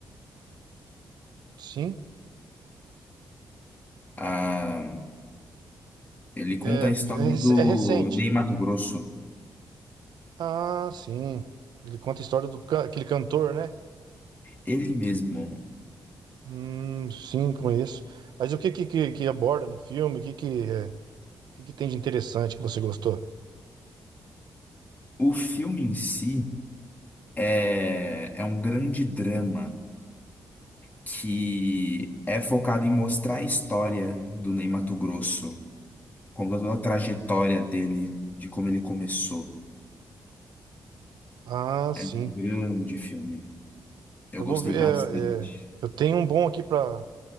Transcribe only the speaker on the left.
ah, ele conta
a história
do
Ney Matogrosso.
Ele mesmo.
O filme em si é, é um grande drama que é focado em mostrar a história do Ney Matogrosso, conta toda a trajetória dele, de como ele começou.
É um grande filme. Eu
gostei
bastante.